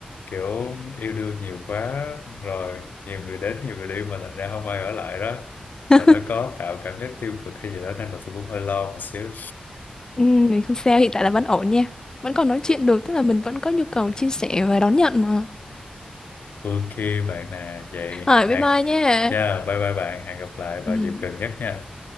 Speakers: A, on the left (about 80°); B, on the left (about 25°).
A: kiểu yêu đương nhiều quá rồi nhiều người đến nhiều người đi mà thành ra không ai ở lại đó sợ
B: <laughs>
A: nó có tạo cảm giác tiêu cực hay gì đó nên là tôi cũng hơi lo một xíu
B: Ừ, không sao, hiện tại là vẫn ổn nha. Vẫn còn nói chuyện được, tức là mình vẫn có nhu cầu chia sẻ và đón nhận mà.
A: <laughs> ok bạn nè vậy
B: Rồi,
A: hẹn
B: bye bye nha.
A: yeah, bye bye bạn hẹn gặp lại vào
B: Ừ.
A: dịp gần nhất nha